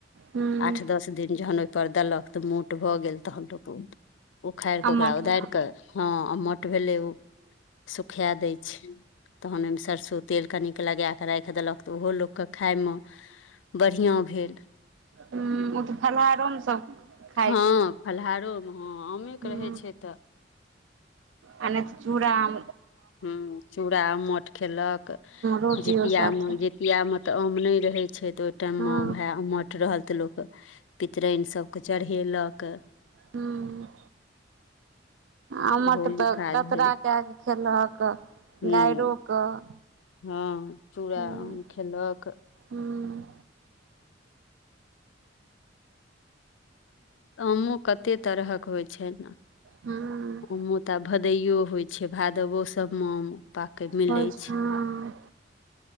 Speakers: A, on the right (about 90°); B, on the left (about 80°).
A: हूँ
B: आठ दस दिन जहन ओहिपर देलक तऽ मोट भऽ गेल तहन लोक उ उखाड़ि
A: अम्मट
B: कऽ ओकरा उदारि कऽ हँ अमठ भेलै उ सुखाए दै छै तहन ओहिमे सरसो तेल कनि कऽ लगाए कऽ राखि देलक तऽ ओहो लोक कऽ खाय मऽ बढ़िया भेल
A: हँ ओ तऽ फलहारो मऽ सब खाइ
B: हँ
A: छै
B: फलहारो मऽ हँ आमे
A: हूँ
B: केँ रहै छै तऽ
A: आ नै तऽ चूड़ा आम
B: हूँ चूड़ा अमोट खेलक
A: रोटियो
B: जीतिया
A: साथे
B: मऽ जे जितिया मऽ तऽ आम नहि रहै छै तऽ ओहि टाइममे
A: हँ
B: ओहै उमट रहल तऽ लोक पितराइन सभकेँ चरहेलक
A: हूँ आमट
B: ओहो मऽ
A: तऽ
B: काज
A: कतरा
B: भेल
A: कए कऽ खेलक
B: हूँ
A: गायरो कऽ
B: हँ चूड़ा
A: हूँ
B: आम खेलक
A: हूँ
B: आमो कते तरहक होइ छै नऽ
A: हुँ
B: आमो तऽ आ भदइो होइत छै भादवो सभ मऽ आम पाकै मिलै
A: पच
B: छै
A: हँ